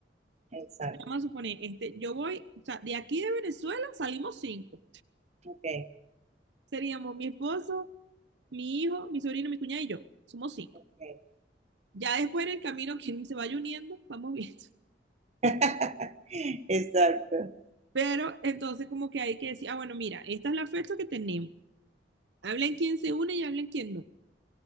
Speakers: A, on the right; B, on the right.
A: exacto,
B: Vamos a suponer, este, yo voy, o sea, de aquí de Venezuela salimos cinco.
A: ok,
B: Seríamos mi esposo mi hijo, mi sobrino, mi cuñada y yo. Somos cinco.
A: ok.
B: Ya después en el camino, quien se vaya uniendo, vamos viendo.
A: <laughs> Exacto,
B: Pero entonces como que hay que decir, ah, bueno, mira, esta es la fecha que tenemos. Hablen quién se une y hablen quién no.